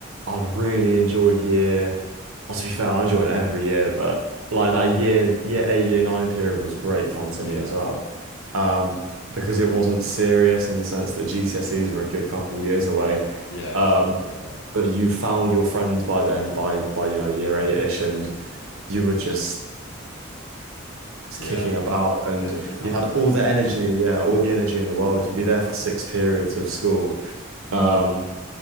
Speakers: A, on the right; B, on the left.
A: I really enjoyed year. Well, to be fair, I enjoyed every year, but like that year, year eight, year nine period was great fun to
B: yeah.
A: me as well. Um, because it wasn't serious in the sense that GCSEs were a good couple years away.
B: Yeah,
A: Mm.
B: exactly.
A: Um,
B: Yeah.
A: but you'd found your friends by then, by by you know year eight-ish, and
B: Mhm.
A: you were just
B: Yeah.
A: kicking about, and
B: It was just
A: you
B: having
A: had
B: a great
A: all the
B: time.
A: energy,
B: Yeah.
A: yeah, all the energy in the world. You'd be there for six periods of school.
B: Mm,
A: Um,